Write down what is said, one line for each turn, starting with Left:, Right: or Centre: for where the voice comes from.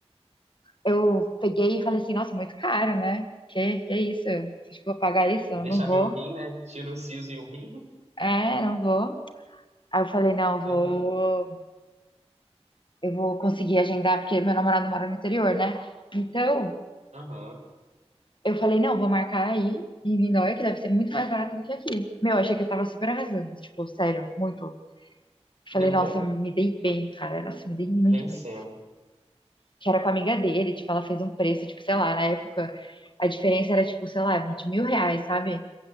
Left: eu peguei e falei assim, nossa, muito caro, né? Que, que isso? Acho que vou pagar isso? Eu
Right: Vou deixar
Left: não vou.
Right: meu rim, né? Tiro o siso e o rim.
Left: É, não vou. Aí eu falei, não, vou
Right: Aham,
Left: eu vou conseguir agendar, porque meu namorado mora no interior, né? Então,
Right: aham.
Left: eu falei, não, vou marcar aí em Niterói, que deve ser muito mais barato do que aqui. Meu, achei que eu tava super arrasando, tipo, sério, muito.
Right: Deu
Left: Falei, nossa,
Right: bom.
Left: me dei bem, cara, nossa, me dei muito
Right: Vencemos.
Left: bem. Que era com a amiga dele, tipo, ela fez um preço, tipo, sei lá, na época, a diferença era, tipo, sei lá, de mil reais, sabe?